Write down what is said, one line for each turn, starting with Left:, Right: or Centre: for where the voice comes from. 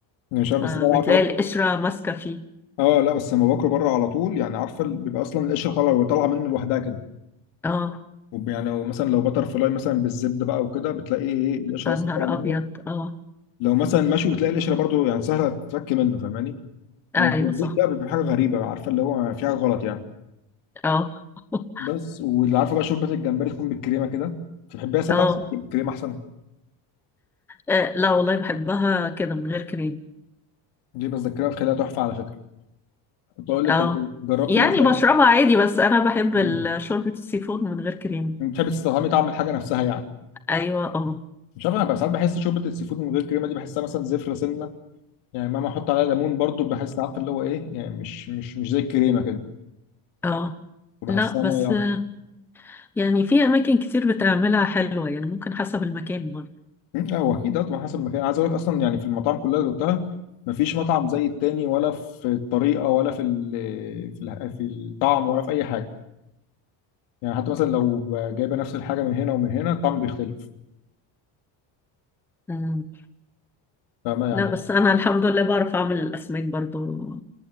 Left: يعني مش عارف
Centre: فبتلاقي
Left: بس انا عارفه
Centre: القشرة ماسكة فيه
Left: اه لا بس لما باكله بره على طول يعني عارفه اللي بيبقى اصلا القشره طالعه طالعه منه لوحدها كده
Centre: اه
Left: وب- يعني مثلا لو بتر فلاي مثلا بالزبده بقى وكده بتلاقي ايه إيه، القشره
Centre: يا
Left: اصلا
Centre: نهار
Left: طالعه منه
Centre: أبيض اه
Left: لو مثلا مشوي بتلاقي القشره برضو يعني سهله تتفك منه فاهماني
Centre: أيوة
Left: انما في البيت
Centre: صح
Left: بقى بيبقى حاجه غريبه عارفه اللي هو في حاجه غلط يعني
Centre: اه <laughs>
Left: بس واللي عارفه بقى شوربه الجمبري تكون بالكريمه كده تحبيها ساده
Centre: اه
Left: اصلا ولا بالكريمه احسن
Centre: آه، لا والله بحبها كده من غير كريم
Left: دي بتذكرها بخليها تحفه على فكره كنت اقول لك
Centre: اه
Left: طب جربت
Centre: يعني
Left: مثلا
Centre: بشربها عادي بس أنا بحب
Left: مم.
Centre: ال- شوربة السي فود من غير كريم
Left: بتحب تستطعمي طعم الحاجه نفسها يعني
Centre: أيوة اه
Left: مش عارف انا بقى ساعات بحس شوربه السي فود من غير كريمه دي بحسها مثلا زفره سنه يعني مهما احط عليها ليمون برضو بحس عارف اللي هو ايه يعني مش مش مش زي الكريمه كده
Centre: اه
Left: وبحسها
Centre: لا بس
Left: ميه اكتر
Centre: آه، يعني في أماكن كتير بتعملها حلوة يعني ممكن حسب المكان برضه
Left: مم، لا هو اكيد طبعا حسب المكان عايز اقول لك اصلا يعني في المطاعم كلها اللي دقتها مفيش مطعم زي التاني ولا في الطريقه ولا في ال في ال- في الطعم ولا في اي حاجه يعني حتى مثلا لو جايبه نفس الحاجه من هنا ومن هنا الطعم بيختلف
Centre: مم.
Left: فاهمه يعني
Centre: لا بس انا الحمد لله بعرف اعمل الاسماك برضو